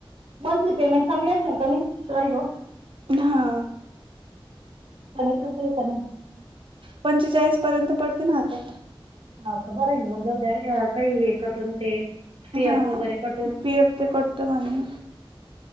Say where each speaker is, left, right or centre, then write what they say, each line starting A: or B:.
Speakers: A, on the right; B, on the right.
A: मंथली पेमेंट चांगली आसन कणी? सॉरी गं.
B: हा.
A: सांगीतलं तय का नाही?
B: पंचेचाळीस पर्यंत पडते ना हातात.
A: हा का बर आहे ना मग जावुदाय काही हे कटून ते पी.
B: हा
A: एफ, वगैरे कटून
B: पी एफ ते पडतं म्हणे